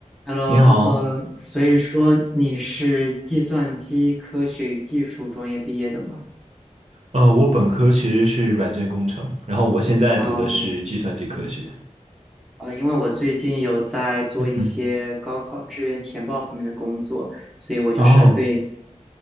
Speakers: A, in the centre; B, on the right.
A: Hello，
B: 你好，
A: 呃，所以说你是计算机科学与技术专业毕业的吗？
B: 呃，我本科其实是软件工程，然后我现在读的是计算机科学。
A: 嗯，呃，因为我最近有在做一些高考志愿填报方面的工作，
B: 嗯，
A: 所以我就是对
B: 哦，